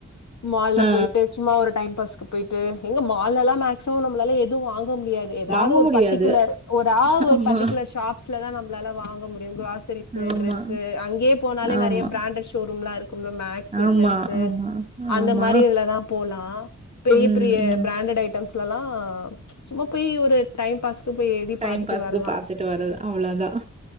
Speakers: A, on the left (about 75°); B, on the right (about 20°).
A: மால்ல
B: ஆ.
A: பொய்ட்டு சும்மா ஒரு டைம் பாஸ்கு பொயிட்டு எங்க மால்லல்லா சோ நம்ளால எதுவு வாங்க முடியாது ஏதாவ்து
B: வாங்க
A: ஒரு
B: முடியாது.
A: பர்டிகுலர் ஒராவ் ஒரு
B: ஆமா,
A: பர்டிகுலர் ஷாப் ல தா நம்ளால வாங்க முடியு க்ராஸ் ஆக்சரிஸ்ஸூ
B: ஆமா,
A: டிரெஸ்ஸூ அங்கேய போனாலே
B: ஆமா,
A: நறைய பிராண்டட் ஷோரூம்ல இருக்கும்ல மேக்ஸ்ஸூ
B: ஆமா,
A: ட்ரெண்ட்ஸ்ஸூ
B: ஆமா,
A: அந்த
B: ஆமா.
A: மாரி இதுலதா போலா பெரிய
B: ம்,
A: பெரிய
B: ம்.
A: பிராண்டட் ஐட்டம்ஸ் லல்லா சும்மா போய் ஒரு டைம் பாஸ் போய் ஏறி
B: டைம்
A: பாத்துட்டு
B: பாஸ்க்கு
A: வர்லா
B: பாத்துட்டு வர்றது. அவ்வளோதான்.